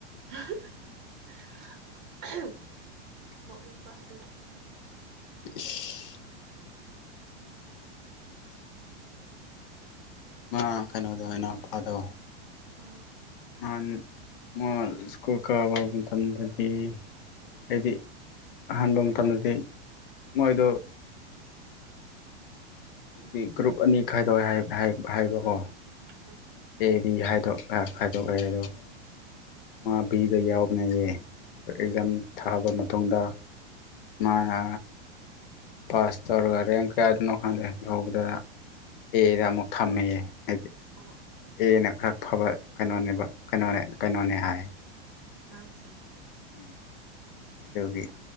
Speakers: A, on the right; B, on the left.
A: <unintelligible> ꯅꯣꯛꯅꯤꯡꯕ ꯑꯥꯗꯨꯒꯤ
B: ꯏꯁ ꯃꯥ ꯀꯩꯅꯣꯗꯣ ꯏꯅꯥꯎꯄꯥꯗꯣ
A: ꯎꯝ
B: ꯅꯍꯥꯟ ꯃꯥ ꯁ꯭ꯀꯨꯜ ꯀꯥꯕ ꯃꯇꯝꯗꯗꯤ ꯍꯥꯏꯗꯤ ꯑꯍꯥꯟꯕ ꯃꯇꯝꯗꯗꯤ ꯃꯣꯏꯗꯣ ꯑꯗꯨꯗꯤ ꯒ꯭ꯔꯨꯞ ꯑꯅꯤ ꯈꯥꯏꯗꯣꯛꯋꯦ ꯍꯥꯏꯕꯀꯣ
A: ꯎꯝ
B: ꯑꯦ ꯕꯤ ꯗꯣꯛ ꯈꯥꯏꯗꯣꯛꯑꯦ
A: ꯎꯝ
B: ꯑꯗꯣ ꯃꯥ ꯕꯤꯗ ꯌꯥꯎꯕꯅꯦꯌꯦ ꯑꯦꯛꯖꯥꯝ
A: ꯎꯝ
B: ꯊꯥꯕ ꯃꯇꯨꯡꯗ ꯃꯥꯅ ꯄꯥꯁ ꯇꯧꯔꯒ ꯔꯦꯡ ꯀꯌꯥꯗꯅꯣ ꯈꯪꯗꯦ ꯌꯧꯕꯗ ꯑꯦꯗ ꯑꯃꯨꯛ ꯊꯝꯃꯦꯌꯦ ꯍꯥꯏꯗꯤ
A: ꯎꯝ
B: ꯑꯦꯅ ꯈꯔ ꯐꯕ ꯀꯩꯅꯣꯅꯦꯕ ꯀꯩꯅꯣꯅꯦ ꯀꯩꯅꯣꯅꯦ ꯍꯥꯏ
A: ꯑꯉꯥꯡꯁꯦ
B: ꯎꯝ ꯑꯗꯨꯒꯤ